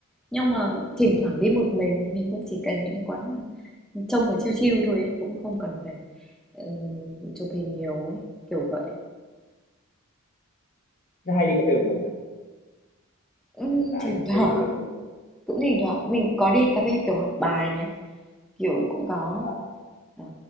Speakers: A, in the centre; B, on the left.
A: Nhưng mà thỉnh thoảng đi một mình thì mình cũng chỉ cần những cái quán mà trông nó chill chill thôi ấy, cũng không cần phải ừ, chụp hình nhiều ấy kiểu vậy
B: Nó hay đi cà phê một mình à?
A: Ừm,
B: Bạn
A: thỉnh
B: ấy
A: <laughs> thoảng
B: hay đi cà phê một mình
A: cũng thỉnh thoảng mình có đi cà phê kiểu học bài này kiểu cũng có
B: À,
A: đó